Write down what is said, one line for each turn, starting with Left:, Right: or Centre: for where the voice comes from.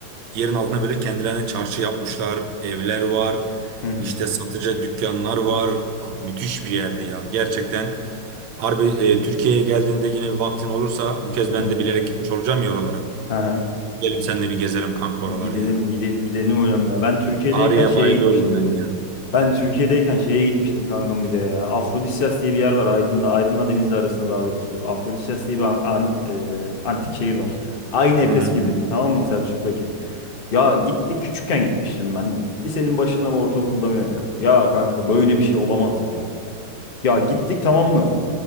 Right: yerin altına böyle kendilerine çarşı yapmışlar, evler var,
Left: Hı hı.
Right: işte satıcı dükkanlar var. Abi, müthiş bir yerdi ya gerçekten. Harbi e, Türkiye'ye geldiğinde yine bir vaktin olursa bu kez ben
Left: Hı
Right: de bilerek gitmiş olacağım ya oralara.
Left: hı.
Right: Gidelim seninle bir gezelim kanka oraları
Left: Gidelim
Right: ya.
Left: gidelim gidelim hocam ya. Ben Türkiye'deyken
Right: Ağrı'ya
Left: şeye
Right: bayılıyorum
Left: gitmiştim
Right: ben
Left: bir de.
Right: ya.
Left: Ben Türkiye'deyken şeye gitmiştim kankam bir de ya. Afrodisyas diye bir yer var Aydın'da. Aydın'la Denizli arasında daha doğrusu. Afrodisyas diye bir an- an- e, antik şehir var. Aynı Efes
Right: Hı hı.
Left: gibi bizim tamam mı Selçuk'taki. Ya gitti küçükken gitmiştim ben. Lisenin başında mı ortaokulda mı ne? Ya kanka böyle bir şey olamaz ya. Ya gittik tamam mı?